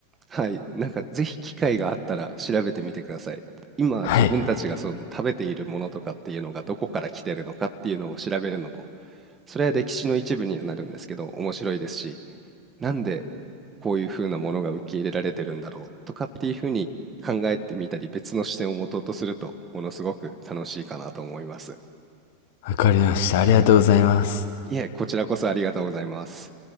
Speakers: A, on the right (about 20°); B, on the left (about 50°).
A: はい、なんかぜひ機会があったら調べてみてください。今自分たちがその食べているものとかっていうのがどこから来てるのかっていうのを調べるのも、
B: はい、
A: それは歴史の一部にはなるんですけど面白いですし、なんでこういうふうなものが受け入れられてるんだろうとかっていうふうに考えてみたり別の視点を持とうとするとものすごく楽しいかなと思います。
B: わかりました。ありがとうございます。
A: いえ、こちらこそありがとうございます。